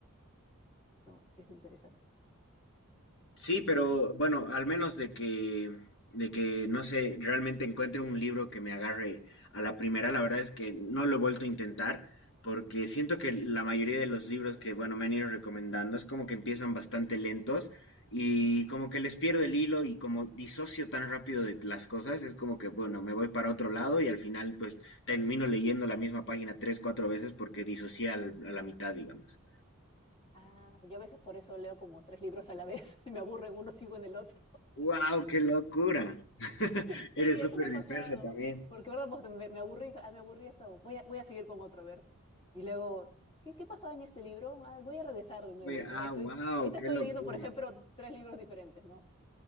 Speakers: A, on the left; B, on the left.
A: no, es interesante.
B: Sí, pero
A: Y-
B: bueno, al menos de que, de que, no sé, realmente encuentre un libro que me agarre a la primera, la verdad es que no lo he vuelto a intentar, porque siento que la mayoría de los libros que, bueno, me han ido recomendando es como que empiezan bastante lentos y como que les pierdo el hilo y como disocio tan rápido de las cosas, es como que, bueno, me voy para otro lado y al final pues termino leyendo la misma página tres, cuatro veces porque disocié al- a la mitad, digamos.
A: ah, yo a veces por eso leo como tres libros a la vez, <laughs> me aburre uno, sigo en el otro.
B: Wow, qué locura. <laughs>
A: Sí,
B: Eres
A: esto
B: Sí. súper
A: me ha
B: dispersa
A: pasado.
B: también.
A: Porque, ¿verdad? Pues, me, me aburrí, ah, me aburrí hasta. Voy a, voy a seguir con otro, a ver. Y luego, ¿qué, qué pasaba en este libro? Ah, voy a regresar de nuevo.
B: Oye,
A: Entonces,
B: ah,
A: estoy,
B: wow,
A: ahorita
B: qué
A: estoy
B: locura.
A: leyendo, por ejemplo, tres libros diferentes, ¿no?